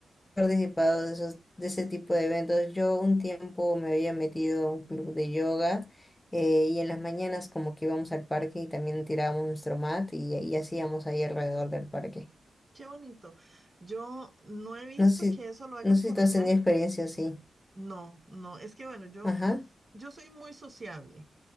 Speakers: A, on the left; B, on the right.
A: participado de esos, de ese tipo de eventos. Yo un tiempo me había metido a un club de yoga eh, y en las mañanas como que íbamos al parque y también tirábamos nuestro mat y, y hacíamos ahí alrededor del parque.
B: qué bonito. Yo no he visto
A: No sé,
B: que
A: si-
B: eso lo hagan
A: no sé
B: por
A: si tú
B: acá.
A: has tenido experiencia así.
B: No, no, es que bueno, yo,
A: Ajá,
B: yo soy muy sociable,